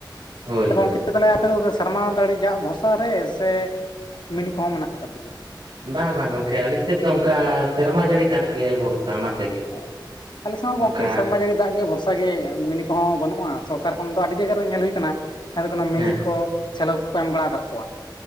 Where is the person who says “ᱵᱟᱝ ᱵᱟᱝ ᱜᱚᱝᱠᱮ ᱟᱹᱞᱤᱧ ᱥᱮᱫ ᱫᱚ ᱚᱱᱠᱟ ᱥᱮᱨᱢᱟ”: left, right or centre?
Right